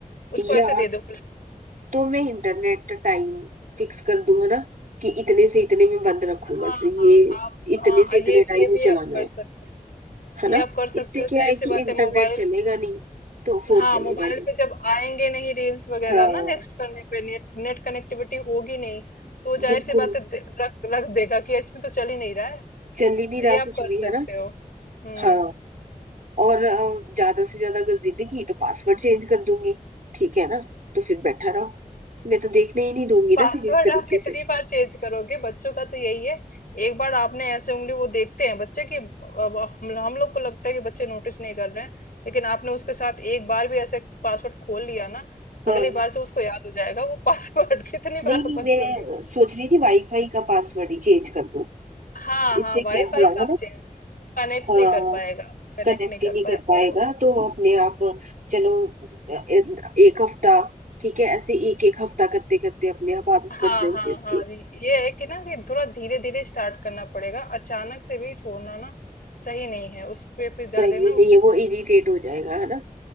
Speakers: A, on the left; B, on the right.
A: उसको
B: या
A: ऐसे दे दो
B: तो मैं इंटरनेट का टाइम फिक्स कर दूं है ना कि इतने से इतने में बंद रखूं बस
A: हाँ
B: ये
A: हाँ आप
B: इतने
A: हाँ
B: से इतने
A: ये
B: टाइम
A: ये
B: ही
A: भी
B: चलाना
A: आप कर
B: है
A: सकते हो
B: है ना
A: ये आप कर सकते
B: इससे
A: हो
B: क्या
A: जाहिर
B: है
A: सी
B: कि
A: बात
B: इंटरनेट
A: है मोबाइल
B: चलेगा नहीं तो फोन
A: हाँ
B: चलेगा
A: मोबाइल
B: नहीं
A: पे जब आएंगे नहीं रील्स वगैरह
B: हाँ
A: ना नेक्स्ट करने पे नेट नेट कनेक्टिविटी होगी नहीं तो जाहिर
B: बिल्कुल
A: सी बात है दे- रख रख देगा कि इसमें तो चल ही नहीं रहा है
B: चल ही नहीं रहा
A: ये आप
B: कुछ
A: कर
B: भी है
A: सकते
B: ना
A: हो हम्म
B: हाँ और अ, ज्यादा से ज्यादा अगर जिंदगी तो पासवर्ड चेंज कर दूंगी ठीक है ना तो फिर बैठा रहो मैं तो देखने ही नहीं दूंगी
A: पासवर्ड
B: ना फिर इस तरीके
A: आप कितनी
B: से
A: बार चेंज करोगे बच्चों का तो यही है एक बार आपने ऐसे उंगली वो देखते हैं बच्चे की अब हम हम लोग को लगता है कि बच्चे नोटिस नहीं कर रहे हैं लेकिन आपने उसके साथ एक बार भी ऐसे पासवर्ड खोल लिया ना
B: हाँ
A: अगली बार से उसको याद हो जाएगा वो पासवर्ड <laughs> कितनी बार
B: नहीं
A: आप
B: नहीं
A: बदलोगे
B: मैं अ, सोच रही थी वाईफाई का पासवर्ड ही चेंज कर दूं
A: हाँ हाँ
B: इससे
A: वाईफाई
B: क्या हाँ
A: का
B: है
A: आप
B: ना
A: चेंज कनेक्ट
B: हाँ
A: नहीं कर पाएगा कनेक्ट
B: कनेक्ट
A: नहीं कर
B: ही नहीं
A: पाएगा
B: कर पाएगा
A: वो
B: तो अपने आप चलो अ, ए- एक हफ्ता ठीक है ऐसे एक एक हफ्ता करते करते अपने आप आदत
A: हाँ
B: बन जाएगी
A: हाँ
B: इसकी
A: हाँ जी, ये है कि ना कि थोड़ा धीरे धीरे स्टार्ट करना पड़ेगा अचानक से भी छोड़ना ना सही नहीं है उस पे फिर ज्यादा
B: सही
A: ना
B: नहीं है वो इरिटेट हो जाएगा है ना